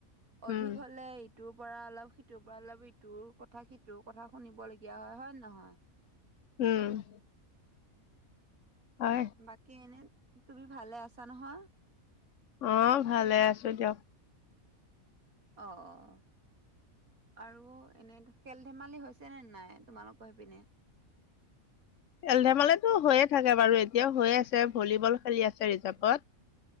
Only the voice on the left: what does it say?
উম
উম হয়।
অ' ভালে আছো দিয়ক।
খেল ধেমালিতো হৈয়ে থাকে। বাৰু এতিয়া হৈয়ে আছে ভলীবল খেলি আছে ৰিৰ্জাৰভত।